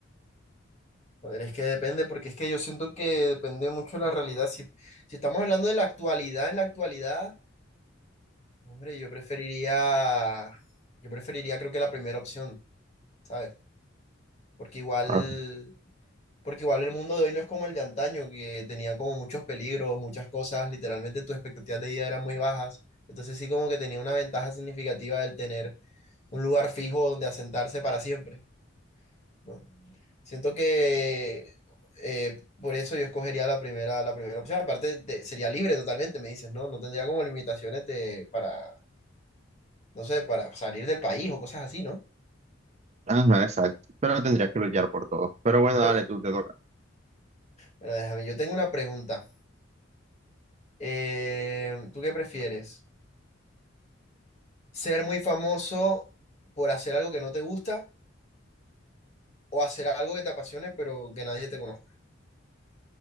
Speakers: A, on the left; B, on the right.
A: Joder, es que depende, porque es que yo siento que depende mucho de la realidad. Si, si estamos hablando de la actualidad, en la actualidad, hombre, yo preferiría, yo preferiría creo que la primera opción, ¿sabes? Porque igual.
B: Ah,
A: Porque igual el mundo de hoy no es como el de antaño, que tenía como muchos peligros, muchas cosas, literalmente tus expectativas de vida eran muy bajas. Entonces sí como que tenía una ventaja significativa el tener un lugar fijo donde asentarse para siempre, ¿no? Siento que eh, por eso yo escogería la primera, la primera opción. Aparte de- sería libre totalmente, me dices, ¿no? No tendría como limitaciones de, para, no sé, para salir del país o cosas así, ¿no?
B: Ajá, exacto. Pero tendrías que luchar por todo. Pero bueno, dale,
A: Pero,
B: tú te toca.
A: pero déjame, yo tengo una pregunta. Eh, ¿tú qué prefieres? ser muy famoso por hacer algo que no te gusta o hacer algo que te apasione pero que nadie te conozca.